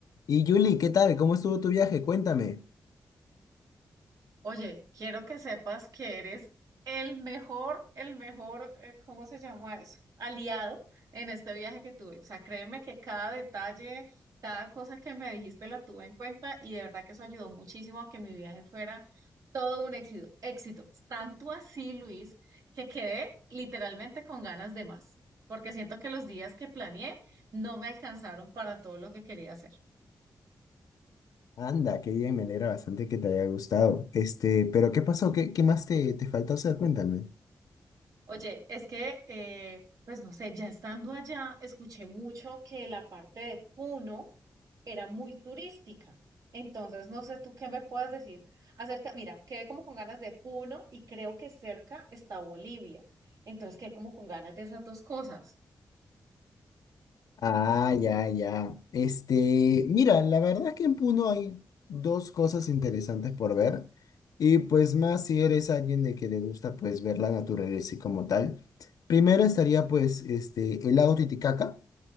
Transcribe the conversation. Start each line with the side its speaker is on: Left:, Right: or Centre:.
Left: Y Julie, ¿qué tal? ¿Cómo estuvo tu viaje? Cuéntame.
Right: Oye, quiero que sepas que eres el mejor, el mejor, eh, ¿cómo se llama eso? Aliado en este viaje que tuve. O sea, créeme que cada detalle, cada cosa que me dijiste la tuve en cuenta y de verdad que eso ayudó muchísimo a que mi viaje fuera todo un éxito, éxito. Tanto así, Luis, que quedé literalmente con ganas de más, porque siento que los días que planeé no me alcanzaron para todo lo que quería hacer.
Left: Anda, qué bien, me alegra bastante que te haya gustado. Este, pero ¿qué pasó? ¿Qué, qué más te, te faltó hacer? Cuéntame.
Right: Oye, es que, eh, pues no sé, ya estando allá, escuché mucho que la parte de Puno era muy turística. Entonces, no sé tú qué me puedas decir acerca, mira, quedé como con ganas de Puno y creo que cerca está Bolivia. Entonces, quedé como con ganas de esas dos cosas.
Left: Ah, ya, ya. Este, mira, la verdad es que en Puno hay dos cosas interesantes por ver. Y pues más si eres alguien de que le gusta pues ver la naturaleza y como tal. Primero estaría pues este, el lago Titicaca.